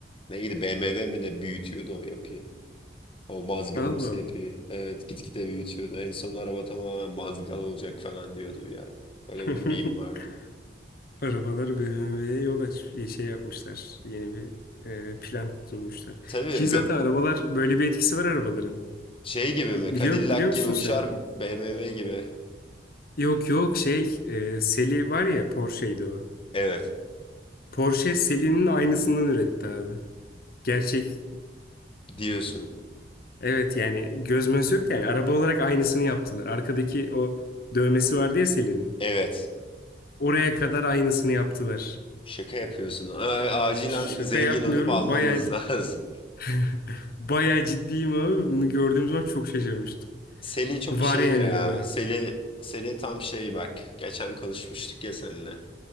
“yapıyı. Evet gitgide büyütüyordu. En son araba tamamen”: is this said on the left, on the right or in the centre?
Left